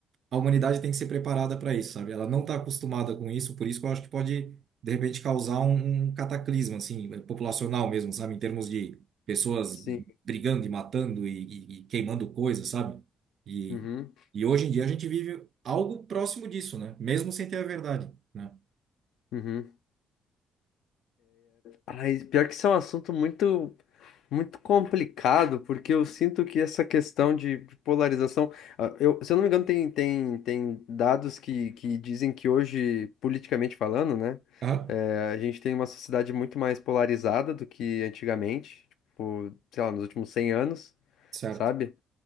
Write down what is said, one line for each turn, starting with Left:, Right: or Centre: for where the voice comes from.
Right: a humanidade tem que ser preparada para isso, sabe? Ela não está acostumada com isso, por isso que eu acho que pode, de repente, causar um, um cataclisma, assim, eh, populacional mesmo, sabe? Em termos de pessoas
Left: sim,
Right: brigando e matando e, e- e queimando coisas, sabe? E,
Left: uhum,
Right: e hoje em dia a gente vive algo próximo disso, né? Mesmo sem ter a verdade, né?
Left: uhum. Ai, pior que isso é um assunto muito, muito complicado, porque eu sinto que essa questão de de polarização, ah, eu, se eu não me engano, tem, tem, tem dados que, que dizem que hoje, politicamente falando, né,
Right: Aham,
Left: eh, a gente tem uma sociedade muito mais polarizada do que antigamente, tipo, sei lá, nos últimos 100 anos,
Right: certo.
Left: sabe?